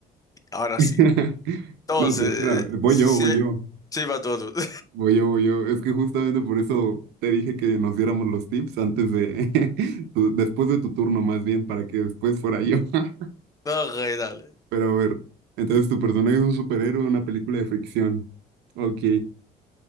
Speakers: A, on the left; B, on the right.
A: Ahora
B: <laughs>
A: sí. Entonces,
B: No, pero espera,
A: eh,
B: voy
A: sí,
B: yo, voy yo,
A: sí va todo. <laughs> tú.
B: voy yo, voy yo. Es que justamente por eso te dije que nos diéramos los tips antes de, <laughs> tu- después de tu turno más bien, para que después fuera yo. <laughs>
A: Ok, dale.
B: Pero a ver, entonces tu personaje es un superhéroe en una película de fricción. Ok.